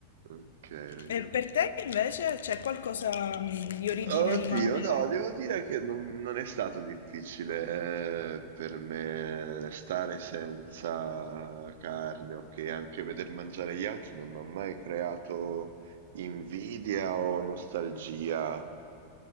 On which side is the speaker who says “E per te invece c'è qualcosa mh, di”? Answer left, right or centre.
Left